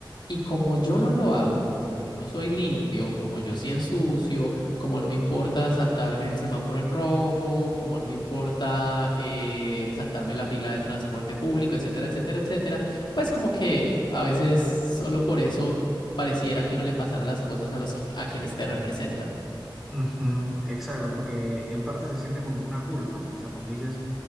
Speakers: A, on the left; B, in the centre.
A: Y como yo no lo hago, como yo no soy limpio, como yo sí ensucio, como no me importa saltarme el semáforo en rojo, como no me importa eh, saltarme la fila del transporte público, etcétera, etcétera, etcétera, pues como que a veces solo por eso pareciera que uno le pasara las cosas a los que- a quienes te representan.
B: Ujú, exacto, porque en parte se siente como una culpa, ¿no? O sea, como dices,